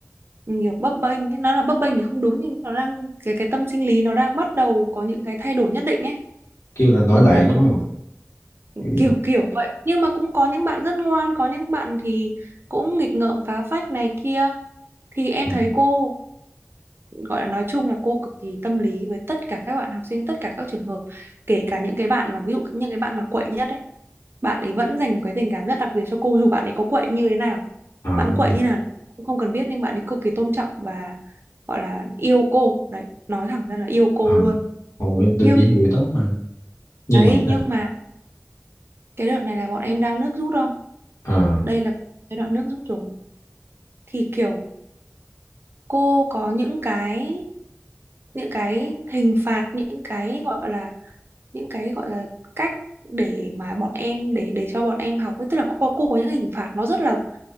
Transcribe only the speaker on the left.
kêu là nổi loạn
đúng
không kiểu
vậy
ừ.
à
à
Ôi, được
vậy thì tốt mà nhưng
mà
sao
à